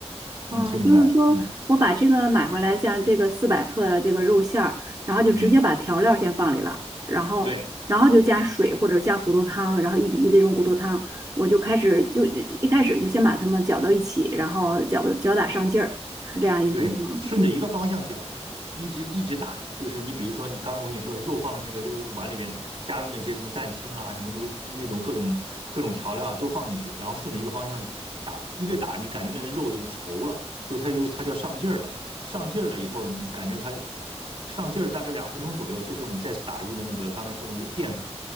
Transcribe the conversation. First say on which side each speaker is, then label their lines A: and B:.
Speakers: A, on the right (about 35°); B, on the right (about 60°).
A: 啊，
B: 你听明白吗？
A: 就是说我把这个买回来，
B: 嗯
A: 像这个四百克的这个肉馅儿，然后就直接把调料先放里了，
B: 嗯，
A: 然后然后就加水或者加骨头汤，
B: 对，
A: 然后一比一的这种骨头汤，我就开始就一开始就先把它们搅到一起，然后搅搅打上劲儿，是这样意思吗？
B: 对，顺着一个方向搅，
A: 嗯，
B: 一直一直打，就是你比如说，你刚才我跟你说肉放在那个这个碗里边，加入那些什么蛋清啊，什么那些那种各种各种调料啊，都放进去，然后顺着一个方向打，越打你感觉那肉就稠了，就它就它就要上劲儿了，上劲儿了以后，你感觉它上劲儿大概两分钟左右，这时候你再撒入的那个刚才说那个淀粉，